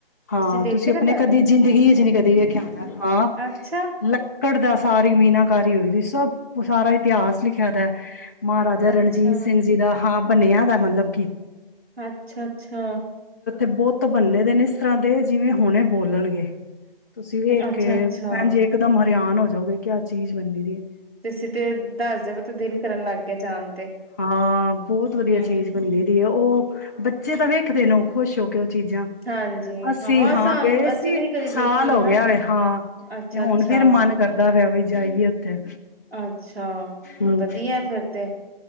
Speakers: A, on the left; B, on the right.
A: ਹਾਂ
B: ਦੇਖੇ
A: ਤੁਸੀਂ
B: ਤਾਂ
A: ਆਪਣੇ
B: ਪਹਿਲੇ
A: ਕਦੇ ਜ਼ਿੰਦਗੀ ਚ ਨੀ ਕਦੇ ਵੇਖਿਆ ਹੋਣਾ ਹਾਂ
B: ਅੱਛਾ
A: ਲ ਘਟਦਾ ਸਾਰੀ ਮੀਨਾਕਾਰੀ ਹੋਈ ਰਹੀ ਸਭ ਉਹ ਸਾਰਾ
B: ਅ
A: ਇਤਿਹਾਸ ਲਿਖਿਆ ਦਾ ਹ ਮਹਾਰਾਜਾ ਰਣਜੀਤ
B: ਅੱਛਾ
A: ਸਿੰਘ ਜੀ ਦਾ ਹਾਂ, ਬਨਿਆ ਦਾ ਮਤਲਬ ਕਿ
B: ਅੱਛਾ, ਅੱਛਾ
A: ਬਹੁਤ ਬੰਨੇ ਦੇ ਨੇ ਇਸ ਤਰ੍ਹਾਂ ਦੇ ਜਿਵੇਂ ਹੁਣੇ ਬੋਲਣਗੇ ਤੁਸੀਂ ਵੇਖ
B: ਅੱਛਾ
A: ਕੇ
B: ਅੱਛਾ
A: ਭੈਣ ਜੇ ਇੱਕ ਦਮ ਹਰਿਆਨ ਹੋਏ। ਜੋ ਕਿ ਆਹ ਚੀਜ਼ ਮੰਨੀ ਦੀ ਹੈ।
B: ਤੁਸੀਂ ਤੇ ਦੱਸਦੇ ਪ ਤਾਂ ਦਿਲ ਕਰਨ ਲੱਗ ਗਿਆ ਜਾਣ ਤੇ
A: ਹਾਂ, ਬਹੁਤ ਵਧੀਆ
B: ਹੂੰ
A: ਚੀਜ਼ ਬੰਨੀ ਦੀ ਹੈ, ਉਹ ਬੱਚੇ ਤਾਂ ਵੇਖਦੇ ਨੇ ਉਹ ਖੁਸ਼ ਹੋ। ਉਹ ਚੀਜ਼ਾਂ
B: ਹਾਂਜੀ
A: ਅਸੀ ਹਾਂ
B: ਸਾਨੂੰ
A: ਗਏ
B: ਅਸੀਂ
A: ਸੀ,
B: ਵੀ ਨੀ ਕਦੀ
A: ਸਾਲ
B: ਦੇਖੀ ਦੀ
A: ਹੋ
B: ਨਾ
A: ਗਿਆ ਵਾ ਹਾਂ
B: ਅੱਛਾ
A: ਤੇ ਹੁਣ
B: ਅੱਛਾ
A: ਫੇਰ ਮਨ ਕਰਦਾ ਵਾ ਵੀ ਜਾਈਏ ਉੱਥੇ
B: ਅੱਛਾ,
A: ਹਮ
B: ਵਧੀਆ ਫਿਰ ਤੇ